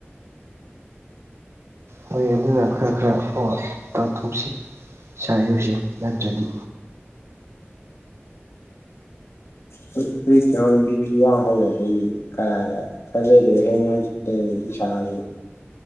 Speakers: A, on the right (about 75°); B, on the left (about 80°).
A: ꯍꯣꯏ ꯑꯗꯨꯅ ꯈꯔ ꯈꯔ ꯇꯧꯊꯣꯛꯁꯤ ꯏꯁꯥ ꯏꯔꯨꯖꯦ ꯅꯠꯇ꯭ꯔꯗꯤ
B: ꯍꯧꯛ ꯍꯧꯖꯤꯛ ꯀꯩꯅꯣ ꯕꯤ ꯄꯤ ꯋꯥꯡ ꯍꯧꯋꯦ ꯑꯗꯨꯗꯤ ꯀꯔꯥꯏꯗꯒꯤ ꯈꯔ ꯂꯩꯗꯤ ꯍꯌꯦꯡ ꯑꯩ ꯑꯩ ꯏꯁꯥꯒꯤ